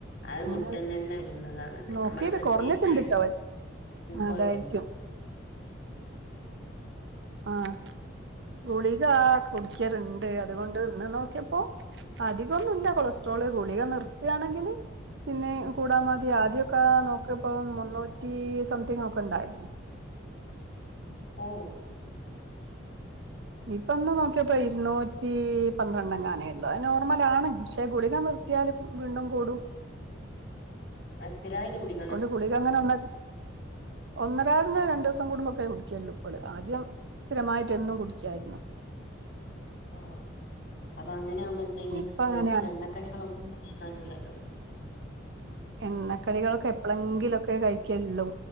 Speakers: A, on the left (about 50°); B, on the right (about 60°).
A: അത്
B: അങ്ങെ
A: ഫുഡ്ന്നന്നെ വരുന്നതാണത്
B: നോക്കീട്ട്
A: നമ്മള് പ്രത്യേകിച്ച്
B: കുറഞ്ഞിട്ടുണ്ട്ട്ടോ <unintelligible>
A: കൊഴപ്പില്ല
B: അതായിരിക്കും
A: അ
B: ആഹ് ഗുളിക കുടിക്കലുണ്ട് അതുകൊണ്ട് ഇന്ന് നോക്കിയപ്പോ അധികമൊന്നും ഇല്ല കൊളസ്ട്രോള് ഗുളിക നിർത്താണെങ്കില് പിന്നെ കൂടാൽ മതി ആദ്യൊക്കെ നോക്കിയപ്പോ മുന്നൂറ്റി സംതിങ് ഒക്കെ ഉണ്ടായിരുന്നു
A: ഓ
B: ഇപ്പൊന്ന് നോക്കിയപ്പോ ഇരുന്നൂറ്റി പന്ത്രണ്ടൊനേ ഉള്ളു അത് നോർമലാണ് പക്ഷേ ഗുളിക നിർ ത്തിയാൽ വീണ്ടും കൂടും
A: ആ സ്ഥിരയിറ്റ് കു
B: കൊണ്ട് ഗളിക അങ്ങനെ ഒന്ന് ഒന്നരായിടന രണ്ടു ദിവസം കൂടുമ്പോൊക്കെ കുടിക്കല്ലോ ഇപ്പള് ആദ്യം സ്ഥിരമായിട്ട് എന്നും കുടിക്കായിരുന്നു
A: <inaudible> ആഹ് അപ്പൊ അങ്ങനെകുമ്പോഎന്തെൊ
B: ഇപ്പ
A: പൊരിച്ച
B: അങ്ങനെയാണ്
A: എണ്ണക്കടികളൊന്നുംക്കായിക്കാൻ പറ്റുല്ലല്ലോ
B: എണ്ണക്കടികളൊക്കെ എപ്പോഴെങ്കിലൊക്കെ കഴിക്കുള്ളൂ